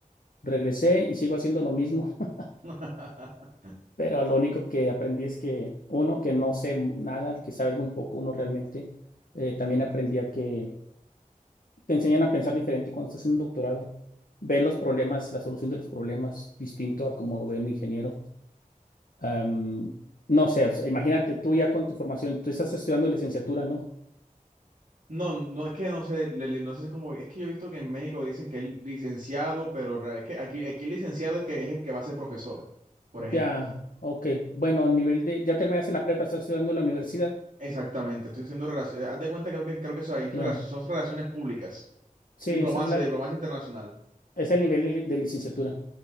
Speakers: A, on the left; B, on the right.
A: Regresé y sigo haciendo lo mismo, <laughs>
B: <laughs>
A: pero lo único que aprendí es que uno, que no sé nada, que sabes muy poco uno realmente. Eh, también aprendí a que te enseñan a pensar diferente cuando estás en un doctorado. Ves los problemas, la solución de los problemas distinto a como lo ve un ingeniero Am, no sé, o sea, imagínate tú ya con tu formación, tú estás estudiando licenciatura, ¿no?
B: No, no es que no sé, le- le- no sé cómo, es que yo he visto que en México dicen que es licenciado, pero ra- es que aquí, aquí el licenciado es que es el que va a ser profesor, por ejemplo.
A: Ya, ok, bueno, a nivel de, ya terminaste la prepa, estás estudiando en la universidad,
B: Exactamente, estoy haciendo relaciones. Haz de cuenta, creo que, creo que eso hay relac-
A: ya,
B: son relaciones públicas.
A: Sí,
B: Diplomacia,
A: ese es la,
B: diplomacia
A: ese
B: internacional.
A: es el nivel de, li- de licenciatura.